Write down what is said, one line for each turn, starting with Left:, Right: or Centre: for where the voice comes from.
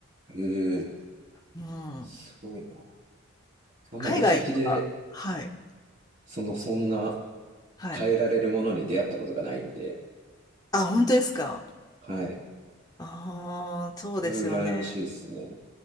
Right: ええ
Left: うん。
Right: すごいな。あんま旅先で、
Left: 海外は、はい、
Right: その、そんな
Left: はい。
Right: 変えられるものに出会ったことがないんで、
Left: あ、本当ですか。
Right: はい。
Left: ああ、そうですよね。
Right: それは羨ましいですね。